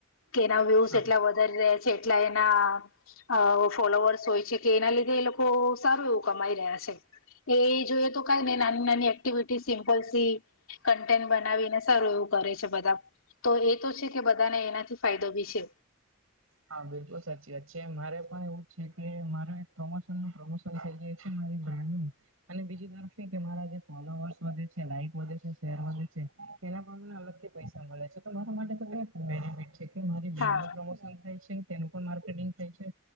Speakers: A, on the left (about 75°); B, on the right (about 75°).
A: કે એના વ્યુસ
B: હા
A: એટલા વધારી રહ્યા છે એટલા એના અહ ફોલોવર્સ હોય છે કે એના લીધે એ લોકો સારું એવું કમાઈ રહ્યા છે. એ જોઈએ તો કઈ નઈ નાની નાની એક્ટિવિટી સિમ્પલસી કન્ટેન્ટ બનાવીને સારું એવું કરે છે બધા. તો એ તો છે કે બધાને એનાથી ફાયદો બી છે.
B: હા બિલકુલ સાચી વાત છે. મારે પણ એવું જ છે કે મારે પ્રમોશનનું પ્રમો શન થઈ ગયું છે મારી બ્રાન્ડનું અને બીજી તરફ એ કે મારા જે ફોલોવર્સ વધે છે, લાઈક વધે છેે, શેર વધે છે એના પણ મને અલગથી પૈસા મળે છે તો મારા માટે તો બેસ્ટ બેનિફિટ છે કે મારી બ્રાન્ડનું
A: હા
B: પ્રમોશન થાય છે, તેનું પણ માર્કેટિંગ થાય છે